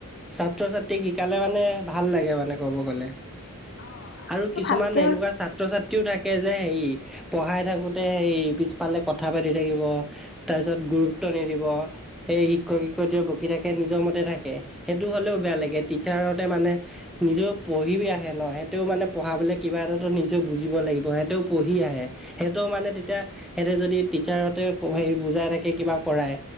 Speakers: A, in the centre; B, on the left.
A: ছাত্ৰ ছাত্ৰীক শিকালে মানে ভাল লাগে মানে ক'ব গ'লে
B: অ
A: আৰু
B: এইটো
A: কিছুমান
B: ভালকে
A: এনেকুৱা ছা ছাত্ৰ ছাত্ৰীও থাকে যে হেৰি পঢ়াই থাকোঁতে সেই পিছফালে কথা পাতি থাকিব তাৰপিছত গুৰুত্ব নিদিব এই শিক্ষক শিক্ষয়িত্ৰী বকি থাকে নিজৰ মতে থাকে সেইটো হলেও বেয়া লাগে টিছাৰতে মানে নিজেও পঢ়িবি আহে ন সিহঁতেও মানে পঢ়ালে কিবা এটাটো নিজেও বুজিব লাগিব সিহঁতেও পঢ়ি আহে সেহটোও মানে তেতিয়া সিহঁতে যদি টিচাৰহতে হেৰি বুজাই থাকে কিবা কৰায়